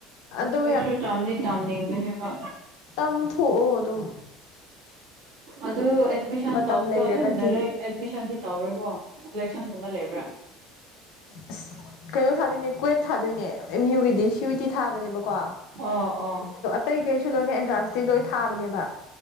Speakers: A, on the left; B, on the right.
A: ꯑꯗꯣ
B: ꯀꯩꯁꯨ ꯇꯥꯝꯗꯤ ꯇꯥꯝꯅꯤꯡꯕꯅꯦꯕ
A: ꯇꯝꯊꯑꯣ ꯑꯗꯨꯝ
B: ꯑꯗꯨ ꯑꯦꯠꯃꯤꯁꯟ
A: ꯃꯇꯝ
B: ꯇꯧꯕꯗꯣ
A: ꯂꯩꯔꯒꯗꯤ
B: ꯑꯗꯨꯝ ꯗꯥꯏꯔꯦꯛ ꯑꯦꯠꯃꯤꯁꯟꯗꯤ ꯇꯧꯔꯣꯏꯀꯣ ꯁꯂꯦꯛꯁꯟꯒꯨꯝꯕ ꯂꯩꯕ꯭ꯔꯥ
A: ꯑꯁ ꯀꯩꯅꯣ ꯊꯥꯗꯣꯏꯅꯦ ꯀ꯭ꯋꯦꯠ ꯊꯥꯗꯣꯏꯅꯦ ꯑꯦꯝ ꯌꯌꯨꯒꯤꯗꯤ ꯁ꯭ꯋꯤꯇꯤ ꯊꯥꯕꯅꯦꯕꯀꯣ
B: ꯑꯣ ꯑꯣ
A: ꯀꯇꯩ ꯀꯩꯁꯨ ꯂꯣꯏꯅ ꯑꯦꯟꯇ꯭ꯔꯥꯟꯁꯇꯤ ꯂꯣꯏ ꯊꯥꯕꯅꯦꯕ